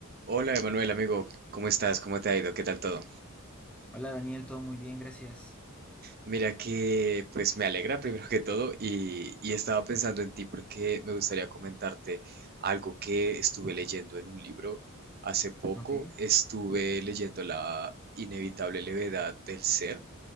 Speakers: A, on the right; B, in the centre.
A: Hola Emanuel, amigo, ¿cómo estás? ¿Cómo te ha ido? ¿Qué tal todo?
B: Hola Daniel, todo muy bien, gracias.
A: Mira que pues me alegra primero que todo y, y estaba pensando en ti porque me gustaría comentarte algo que estuve leyendo en un libro hace poco.
B: Ok,
A: Estuve leyendo La inevitable levedad del ser